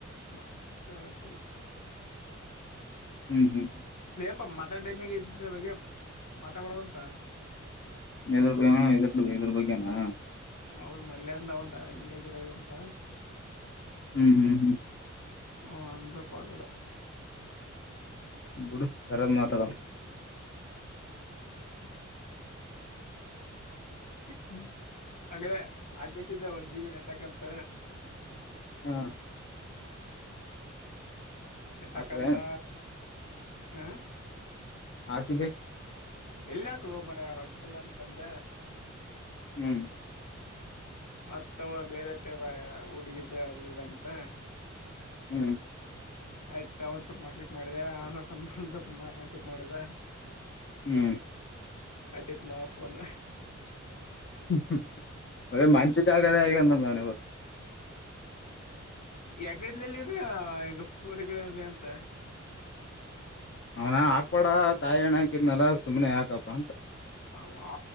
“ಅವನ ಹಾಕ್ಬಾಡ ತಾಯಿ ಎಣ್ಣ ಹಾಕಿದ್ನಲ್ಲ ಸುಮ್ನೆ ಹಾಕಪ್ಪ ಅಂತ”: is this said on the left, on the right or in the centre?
Left